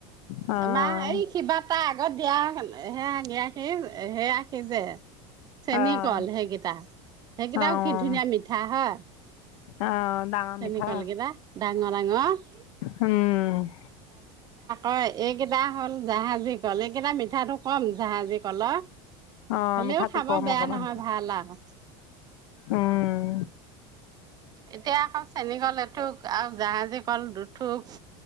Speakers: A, on the left; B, on the right.
A: আহ
B: বাহ এই <unintelligible> আগত দিয়া সেয়া সি সেয়াখি যে চেনী
A: আহ
B: কল সেইকেইটা সেইকেইটাও
A: আহ
B: কি ধুনীয়া মিঠা হয়।
A: আহ ডাঙৰ
B: চেনি
A: মিঠা
B: কলকিতা ডাঙৰ ডাঙৰ।
A: উম।
B: অ, এইকেইটা হ'ল জাহাজী কল এইকেইটা মিঠাটো কম জাহাজী কল
A: অ
B: হ'লেও
A: মিঠাটো
B: খাব
A: কম
B: বেয়া
A: অকমান
B: নহয় ভাল আৰু
A: উম
B: এতিয়া আকৌ চেনী কল এথুোক আৰু জাহাজী কল দুঠুক